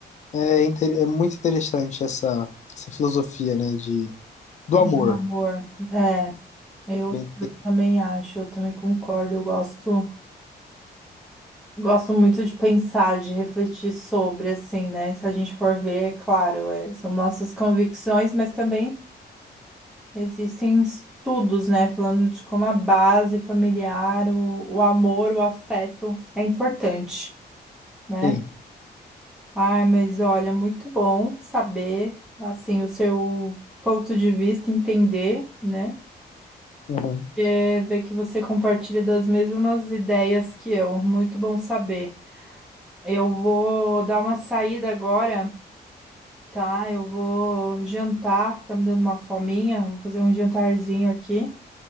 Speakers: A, on the left (about 45°); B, in the centre.
A: É, inter, é muito interessante essa, essa filosofia, né, de, do
B: do
A: amor.
B: amor. É, eu,
A: Bem,
B: eu também acho, eu também concordo. Eu gosto, gosto muito de pensar, de refletir sobre, assim, né? Se a gente for ver, é claro, é, são nossas convicções, mas também existem estudos, né? Falando de como a base familiar, o, o amor, o afeto é importante, né?
A: sim.
B: Ai, mas olha, muito bom saber, assim, o seu ponto de vista, entender, né?
A: Uhum.
B: É, ver que você compartilha das mesmas ideias que eu. Muito bom saber. Eu vou dar uma saída agora, tá? Eu vou jantar, tá me dando uma fominha. Vou fazer um jantarzinho aqui.